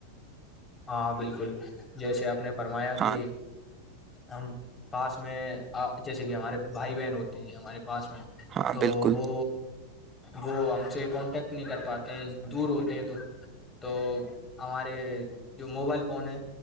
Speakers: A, on the left (about 15°); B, on the right (about 25°).
A: ہاں بالکل جیسے آپ نے فرمایا
B: ہاں
A: کہ ہم پاس میں جیسے کہ ہمارے بھائی بہن ہوتے ہیں ہمارے پاس میں
B: ہاں
A: تو
B: بالکل
A: وہ وہ ہم سے کانٹیکٹ نہیں کر پاتے ہیں دور ہوتے ہیں تو تو ہمارے جو موبائل فون ہیں